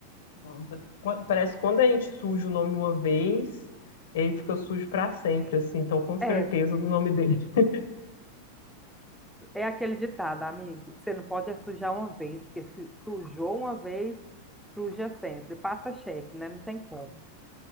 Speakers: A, on the left (about 80°); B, in the centre.
A: Nossa. Quan- Parece que quando a gente suja o nome uma vez, ele fica sujo para sempre, assim. Então, com certeza,
B: É,
A: o nome dele. <laughs>
B: é aquele ditado, amigo. Você não pode é sujar uma vez, porque se sujou uma vez, suja sempre. Passa cheque, né? Não tem como.